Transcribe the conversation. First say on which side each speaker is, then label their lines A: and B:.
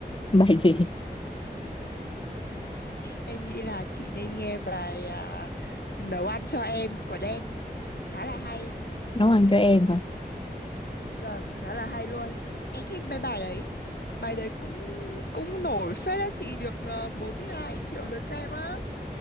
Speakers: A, on the left; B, on the left.
A: <laughs> bài gì
B: em nghĩ là chị nên nghe bài à, nấu ăn cho em của Đen khá là hay
A: nấu ăn cho em mà
B: vâng khá là hay luôn em thích mấy bài đấy bài đấy cũng cũng nổi phết á chị được ờ, 42 triệu lượt xem á